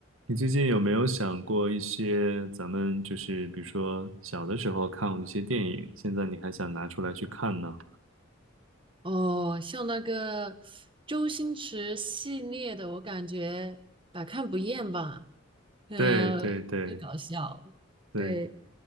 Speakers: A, on the right; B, on the right.
A: 你最近有没有想过一些咱们就是比如说小的时候看过一些电影，现在你还想拿出来去看呢？
B: 哦，像那个周星驰系列的，我感觉百看不厌吧。呃，
A: 对对对
B: 又搞笑。
A: 对，
B: 对，